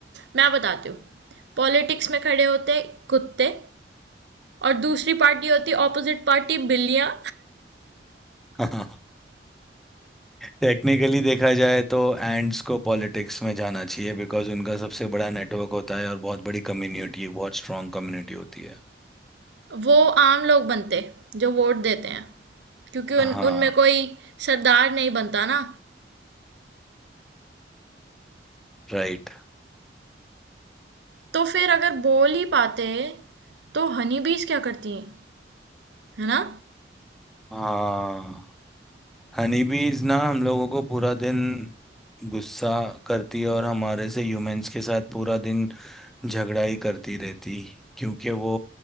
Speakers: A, on the right; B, in the centre.
A: मैं बताती हूँ पॉलिटिक्स में खड़े होते कुत्ते और दूसरी पार्टी होती ऑपोजिट पार्टी बिल्लियाँ
B: है <laughs> टेक्निकली देखा जाए तो एंड्स को पॉलिटिक्स में जाना चाहिए बिकॉज उनका सबसे बड़ा नेटवर्क होता है और बहुत बड़ी कम्युनिटी बहुत स्ट्रांग कम्युनिटी होती है
A: वो आम लोग बनते जो वोट देते हैं क्योंकि उन
B: हाँ
A: उनमें कोई सरदार नहीं बनता ना
B: राइट
A: तो फिर अगर बोल ही पाते तो हनी बीज क्या करती हैं है ना
B: हाँ हनी बीज ना हम लोगों को पूरा दिन गुस्सा करती है और हमारे से ह्यूमंस के साथ पूरा दिन झगड़ा ही करती रहती क्योंकि वो